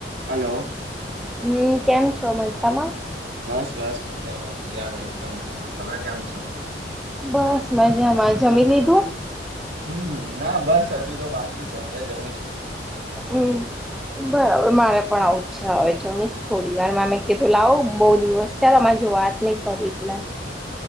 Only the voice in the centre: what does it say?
હમ્મ કેમ છો મજામાં
બસ મજામાં જમી લીધું
હમ્મ બરાબર મારે પણ આવું છે હવે જમીશ થોડી વારમા મે કે તો લાવો બોવ દિવસ થયા આમાં જો વાત ની કરી એટલે